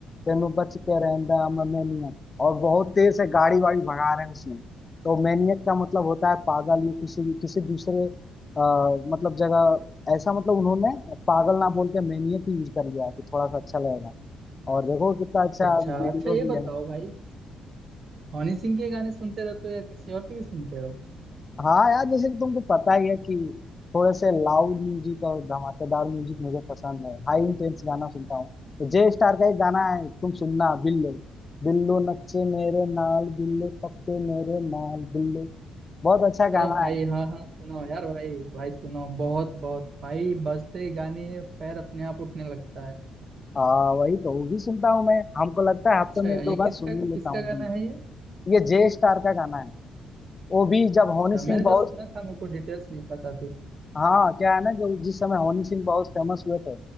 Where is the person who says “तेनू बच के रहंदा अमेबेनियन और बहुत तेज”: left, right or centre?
Left